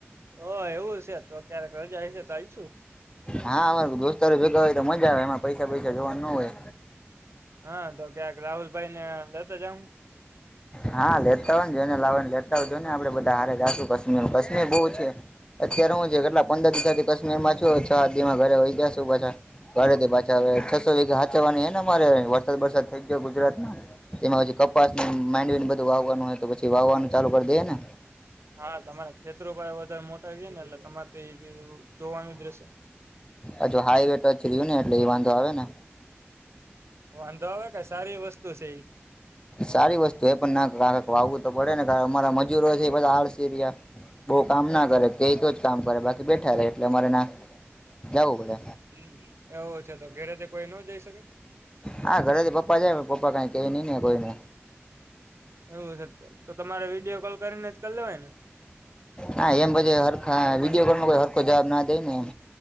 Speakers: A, on the right; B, on the left.
A: હ એવું છે તો ક્યારેક રજા આવી છે તો આઈશું.
B: હા, અરે દોસ્તારો ભેગા હોય તો મજા આવે એમાં પૈસા પૈસા જોવાના હોય.
A: હા, તો ક્યાક રાહુલ ભાઈને લેતા જાહું.
B: હા, લેતા હોયને જોઈ ને લાવવા લેતા હોય જો ને આપે બધા હારે જશું કશ્મીર કાશ્મીર બહુ છે. અત્યારે હું છે કેટલા પંદર દ થી કશ્મીરમાં છમાં ઘરે વઈ ગયાું પાછા ઘરે પાછા હ છસો વીગા હચવાની હે રે વરસાદ વરસાદ થઈ ગયો ગુજરાતમાં તેમાં પછી કપાસ માઇન્ડ બધું વાવવાનું હોય તો પછી વાવાનું ચાલુ કરી દેે ને
A: હા, તમારે ખેતરોપાય વધારે મોટાાય ને એટલે તમારે તો એ જોવાનું જ રહેશે
B: હ જો હાઈવે ટ જય્યું ને એટલે એ વાંધો આવે ને
A: વાંધો આવે ક સારી વસ્તુ છે એ.
B: સારી વસ્તુ એ પણ ના કારક વાવું તો પડે ને કાર અમારા મજૂરો છે બધા હળસી રહ્યા. બઉ કામ ના કરે કે તો જ કામ કરે બાકી બેઠા રહેે એટલે અરે ના જવું પડે.
A: હ એવું છે તો ઘેરેથી કોઈ ન જઈ શકે.
B: હા ઘરેથી પપ્પા છે પપ્પા કાઈ કએ નઈ ને કોઈને.
A: એવું છે તો તમારે વિડીયો કોલ કરીને જ કરી લેવાય ને.
B: હા એમ પધી હરખા વિડીયો કોલમાં કોઈ હરખો જવાબ ના દે ને એમ.